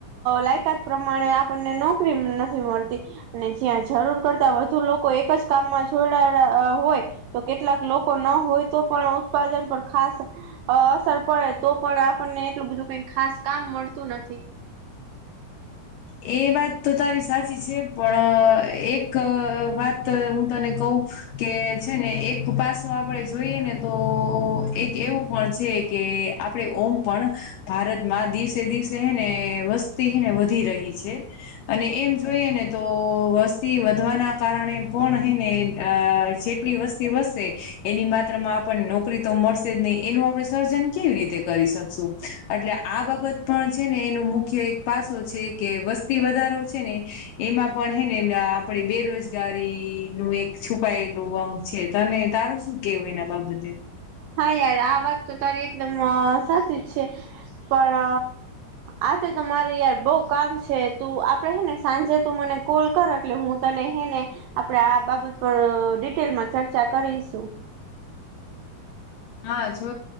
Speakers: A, on the right; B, on the left.
A: લાયકાત પ્રમાણે આપણને નોકરી નથી મળતી અને જ્યાં જરૂર કરતા વધ લોકો એક જ કામમાં જોડલા હોય તો કેટલાક લોકો ના હોય તો પણ ઉત્પાદન પણ ખાસ અ અસર પડે તો પણ આપણને એટલું બધું કઈ ખાસ કામ મળતું નથી
B: એ વાત તો તારી સાચી છે પણ એક વાત હું તને કહ કે છે ને એક પાસો આપડે જોઈએ ને તો એક એવું પણ છે કે આપડે ઓમ પણ ભારતમાં દિવસે દિવસે હને વસ્તી હને વધી રહી છે છે અને એમ જોઈએ ને તો વસ્તી વધવાના કારણે પણ હને અ જેટલી વસ્તી વધશે એની માત્રામાં આપણને નોકરી તો મળશે જ નહી એનું આપણે સર્જન કેવી રીતે કરી શકશું એટલે આ બાબત પણ છે ને એનો મુખ્ય એક પાસો છે કે વસ્તી વધારો છે ને એમાં પણ હે ને આપણે બેરોજગારી નું એક છ પાયલું અંગ છે તને તારું શું કેવું એના બાબતે
A: હા યાર આ વાત તો તારી એકદમ સાચી જ છે પણ આજે તો મારે યાર બઉ કામ છે તું આપડે હે ને સાંજે તું મને કોલ કર એટલે હું તને હને આપણે આ બાબત પર ડિટેલમાં ચર્ચા કરીશું
B: હા જો